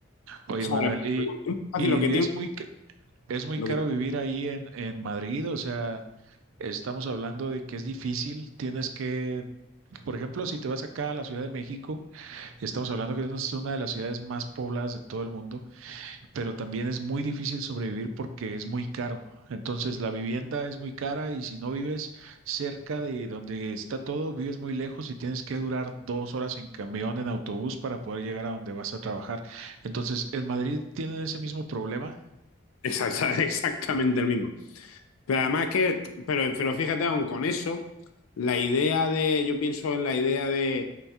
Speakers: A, on the right; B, on the left.
A: Oye,
B: O sea,
A: Manuel, y,
B: pero es fácil,
A: y
B: lo que tiene
A: es muy, ca- es muy
B: lo
A: caro
B: que,
A: vivir ahí en, en Madrid, o sea, estamos hablando de que es difícil, tienes que, por ejemplo, si te vas acá a la Ciudad de México, estamos hablando que es una de las ciudades más pobladas de todo el mundo. pero también es muy difícil sobrevivir porque es muy caro. Entonces la vivienda es muy cara y si no vives cerca de donde está todo, vives muy lejos y tienes que durar dos horas en camión, en autobús para poder llegar a donde vas a trabajar. Entonces, ¿en Madrid tienen ese mismo problema?
B: exacta- <laughs> exactamente el mismo. Pero además es que, pero, pero fíjate, aún con eso, la idea de, yo pienso en la idea de,